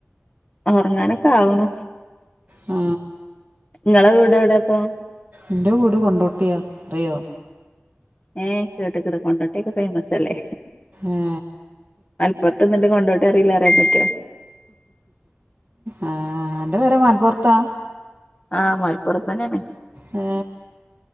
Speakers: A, on the left (about 30°); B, on the right (about 40°).
A: ഒറങ്ങാനൊക്കെ ആവുണു
B: ആ
A: നിങ്ങളെ വീടെ എവിടെപ്പോ
B: എന്റെ വീട് കൊണ്ടോട്ടിയാ അറിയോ
A: ഏ കേട്ട്കണ് കൊണ്ടോട്ടി ഒക്കെ ഫേമസ് അല്ലേ
B: ഏ
A: മൽപ്പോർത്ത് നിന്നിട്ട് കൊണ്ടോട്ടി അറിയില്ലന്ന് പറയാൻ പറ്റോ
B: ആ അന്റെ പേര മലപോറത്താ
A: ആ മലപ്പുറം തന്നെന്
B: ഹേ